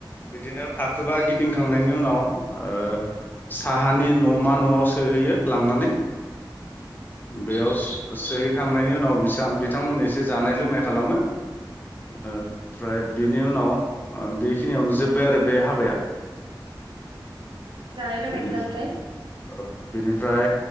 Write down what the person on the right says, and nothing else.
जानाय लोंनायफोरा
ओमफ्राय